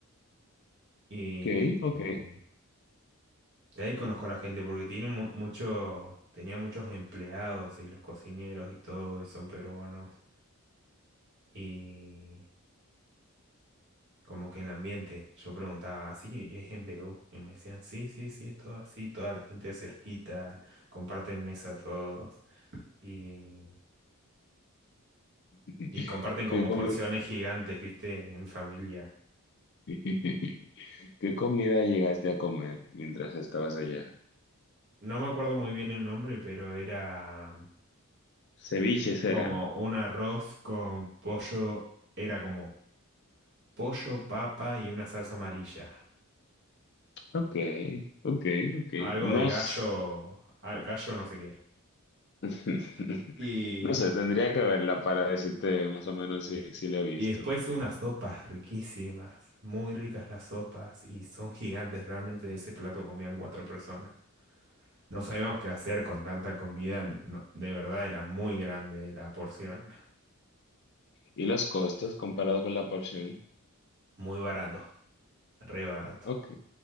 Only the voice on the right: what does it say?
Y,
y de ahí conozco a la gente porque tiene mu- mucho, tenía muchos empleados y los cocineros y todo, y son peruanos. y como que el ambiente, yo preguntaba, ¿así es en Perú? Y me decían, sí, sí, sí, es todo así, toda la gente cerquita, comparten mesa todos y,
y comparten como
porciones gigantes, ¿viste? En familia.
No me acuerdo muy bien el nombre, pero era
como un arroz con pollo, era como pollo, papa y una salsa amarilla.
Algo
de gallo,
al- gallo no sé
qué.
Y después unas sopas riquísimas, muy ricas las sopas y son gigantes, realmente de ese plato comían cuatro personas. No sabíamos qué hacer con tanta comida, no- de verdad era muy grande la porción,
muy barato, re barato.